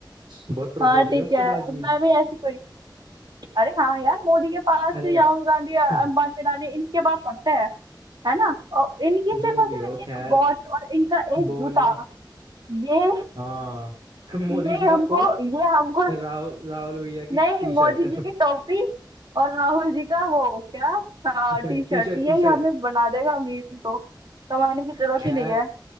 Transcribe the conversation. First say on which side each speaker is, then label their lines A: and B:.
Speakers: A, on the right (about 80°); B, on the right (about 65°).
A: बहुत प्रॉपर्टी
B: हाँ ठीक
A: है उसके
B: है
A: पास भी
B: मैं भी ऐसी कोई अरे हाँ यार मोदी के पास
A: अरे
B: राहुल गांधी अंबानी
A: <clears throat>
B: अडानी इनके पास पढ़ते हैं है ना और इनकी सिर्फ
A: जो
B: और
A: भी
B: सिर्फ
A: हो
B: एक
A: खैर
B: वॉच और इनका एक
A: बोलने
B: जूता ये
A: हाँ <laughs> मोदी
B: ये
A: जी का
B: हमको
A: कोट
B: ये हमको
A: राहुल राहुल भैया की
B: नहीं
A: T shirt
B: मोदी जी की टोपी और राहुल जी का वो क्या हाँ
A: <laughs>
B: टी
A: T
B: शर्ट
A: shirt
B: यही
A: T shirt
B: हमें बना देगा अमीर तो कमाने की
A: <laughs>
B: जरूरत
A: खैर
B: ही नहीं है